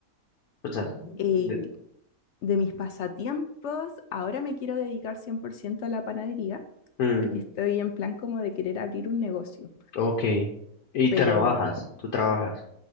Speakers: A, on the left; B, on the left.
A: O sea,
B: Y
A: de-
B: de mis pasatiempos, ahora me quiero dedicar 100% a la panadería,
A: mm,
B: porque estoy en plan como de querer abrir un negocio.
A: Ok. Y
B: Pero
A: trabajas, tú trabajas.